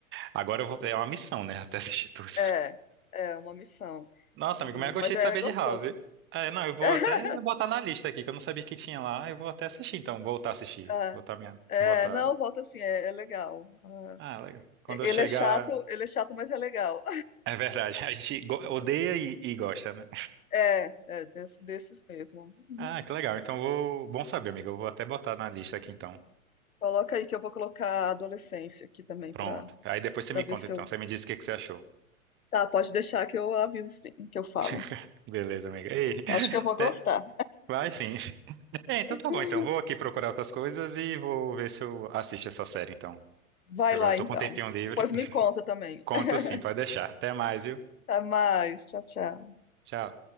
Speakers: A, on the right; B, on the left.
A: Agora eu vou- é uma missão, né? Até assistir tudo.
B: É, é uma missão.
A: Nossa,
B: E-
A: amigo, mas eu gostei
B: mas é
A: de saber
B: gostoso.
A: de House. É, não, eu vou
B: <laughs>
A: até botar na lista aqui, que eu não sabia que tinha lá. Eu vou até assistir, então. Voltar a assistir.
B: É,
A: Botar minha.
B: é,
A: Botar.
B: não, volta assim, é, é legal. Ah,
A: Ah, legal. Quando
B: e-
A: eu
B: ele
A: chegar.
B: é chato, ele é chato, mas é legal.
A: É verdade. <laughs> A gente go- odeia e, e gosta, né?
B: É, é des- desses mesmo. Uhum.
A: Ah, que legal. Então vou. Bom saber, amigo. Eu vou até botar na lista aqui, então.
B: Coloca aí que eu vou colocar a adolescência aqui também
A: Pronto.
B: pra
A: Aí depois você
B: para
A: me
B: ver
A: conta,
B: se
A: então.
B: eu.
A: Você me diz o que que você achou.
B: Tá, pode deixar que eu aviso sim, que eu falo.
A: <laughs> Beleza, amiga. Ei,
B: Acho que eu vou
A: até-
B: gostar.
A: vai sim. É, então
B: <laughs>
A: tá bom, então. Vou aqui procurar outras coisas e vou ver se eu assisto essa série, então.
B: Vai
A: Porque Agora
B: lá
A: eu tô
B: então.
A: com um tempinho livre.
B: Depois me conta também.
A: Conto
B: <laughs>
A: sim, pode deixar. Até mais, viu?
B: Até mais. Tchau, tchau.
A: Tchau.